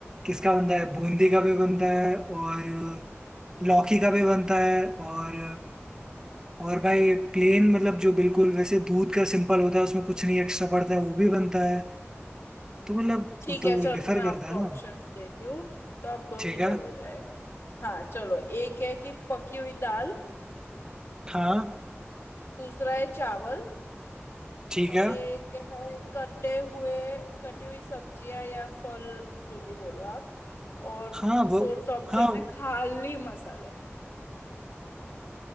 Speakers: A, on the right; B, on the left.
A: किसका बनता है बूंदी का भी बनता है और लौकी का भी बनता है और और भाई प्लेन मतलब जो बिल्कुल वैसे दूध का सिंपल होता है उसमें कुछ नहीं एक्स्ट्रा पड़ता है वो भी बनता है तो मतलब
B: ठीक
A: वो तो
B: है चलो
A: डिफर
B: मैं आपको
A: करता है
B: ऑप्शंस
A: ना
B: देती हूँ तो आपको
A: ठीक
B: क्लियर
A: है
B: हो जाएगा हाँ चलो एक है कि पकी हुई दाल
A: हाँ
B: दूसरा है चावल
A: ठीक
B: और
A: है
B: एक है कटे हुए कटी हुई सब्जियां या फल जो भी बोलो आप और
A: हाँ वो
B: फोर्थ ऑप्शन
A: हाँ
B: है खाली मसाले